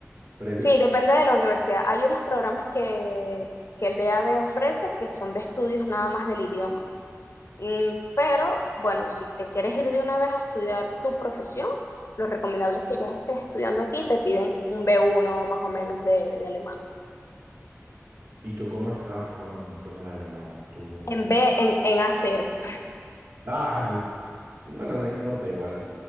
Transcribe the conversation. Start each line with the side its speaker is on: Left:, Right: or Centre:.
Right: previo.
Left: Sí, depende de la universidad. Hay unos programas que, que el DAD ofrece que son de estudios nada más del idioma. Mm, pero bueno, si te quieres ir de una vez a estudiar tu profesión, lo recomendable es que ya estés estudiando aquí y te piden un b uno más o menos de, de alemán.
Right: ¿Y tú cómo estabas con, con el alemán? Tú...
Left: En B, en, en a cero.
Right: Ah, ese es- bueno, no importa igual.